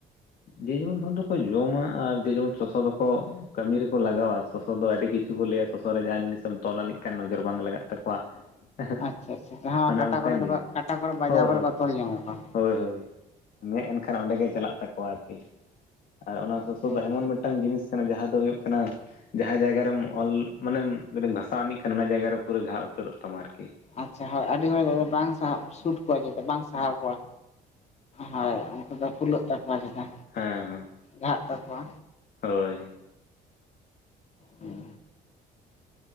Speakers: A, on the left; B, on the left.
A: ᱡᱮ ᱡᱮᱢᱚᱱ ᱦᱚᱲ ᱫᱚᱠᱚ ᱡᱚᱢᱟ ᱟᱨ ᱡᱮ ᱡᱮᱢᱚᱱ ᱥᱚᱥᱚ ᱫᱚᱠᱚ ᱠᱟᱹᱢᱤ ᱨᱮᱠᱚ ᱞᱟᱜᱟᱣᱟ ᱥᱚᱥᱚ ᱫᱚ ᱟᱹᱰᱤ ᱠᱤᱪᱷᱩ ᱠᱚ ᱞᱟᱹᱭᱟ ᱥᱚᱥᱚ ᱨᱮ ᱡᱟᱦᱟᱸ ᱡᱤᱱᱤᱥᱮᱢ ᱛᱚᱞ ᱟᱹᱱᱤᱡ ᱠᱷᱟᱱ ᱱᱚᱡᱚᱨ ᱵᱟᱝ ᱞᱟᱜᱟᱜ ᱛᱟᱠᱚᱣᱟ᱾ <inaudible>
B: ᱟᱪᱪᱷᱟ ᱟᱪᱪᱷᱟ ᱡᱟᱦᱟᱸ
A: ᱚᱱᱮ
B: ᱠᱟᱴᱟ
A: ᱚᱱᱠᱟᱱ
B: ᱠᱚᱨᱮ ᱫᱚ
A: ᱡᱤᱱᱤᱥ
B: ᱠᱟᱴᱟ ᱠᱚᱨᱮ ᱵᱟᱡᱟᱣ
A: ᱦᱳᱭ
B: ᱠᱚᱨᱮ
A: ᱦᱳᱭ
B: ᱠᱚ ᱛᱚᱞ ᱡᱚᱝ ᱟᱠᱚ ᱠᱚᱣᱟ᱾
A: ᱦᱳᱭ ᱦᱳᱭ ᱢᱮᱫ ᱮᱱᱠᱷᱟᱱ ᱚᱸᱰᱮ ᱜᱮ ᱪᱟᱞᱟᱜ ᱛᱟᱠᱚᱣᱟ ᱟᱨᱠᱤ᱾ ᱟᱨ ᱚᱱᱟ ᱥᱚᱥᱚ
B: ᱦᱮᱸ
A: ᱫᱚ ᱮᱢᱚᱱ ᱢᱤᱫᱴᱟᱝ ᱡᱤᱱᱤᱥ ᱠᱟᱱᱟ ᱡᱟᱦᱟᱸ ᱫᱚ ᱦᱩᱭᱩᱜ ᱠᱟᱱᱟ ᱡᱟᱦᱟᱸ ᱡᱟᱭᱜᱟ ᱨᱮᱢ ᱚᱞ ᱢᱟᱱᱮᱢ ᱜᱷᱟᱥᱟᱣ ᱟᱱᱤᱡ ᱠᱷᱟᱱ ᱚᱱᱟ ᱡᱟᱭᱜᱟ ᱨᱮ ᱯᱩᱨᱟᱹ ᱜᱷᱟᱜ ᱩᱛᱟᱹᱨᱚᱜ ᱛᱟᱢᱟ ᱟᱨᱠᱤ᱾
B: ᱟᱪᱪᱷᱟ ᱦᱳᱭ ᱟᱹᱰᱤ ᱦᱚᱲ ᱫᱚ ᱵᱟᱝ ᱥᱟᱦᱟᱣ ᱥᱩᱴ ᱠᱚᱣᱟ ᱪᱮᱫ ᱵᱟᱝ ᱥᱟᱦᱟᱣ ᱠᱚᱣᱟ᱾ ᱦᱳᱭ ᱩᱱᱠᱩ ᱫᱚ ᱯᱷᱩᱞᱟᱹᱜ ᱛᱟᱠᱚᱣᱟ ᱡᱟᱦᱟ᱾
A: ᱦᱮᱸ ᱦᱮᱸ᱾
B: ᱜᱷᱟᱜ ᱛᱟᱠᱚᱣᱟ᱾
A: ᱦᱳᱭ᱾
B: ᱦᱩᱸ